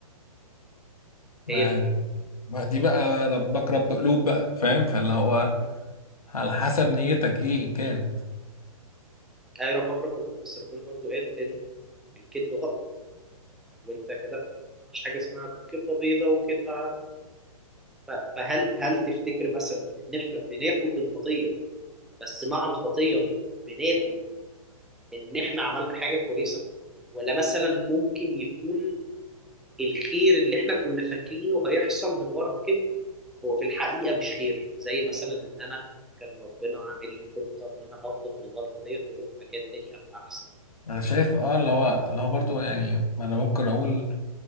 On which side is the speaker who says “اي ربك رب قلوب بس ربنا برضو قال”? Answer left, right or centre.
Centre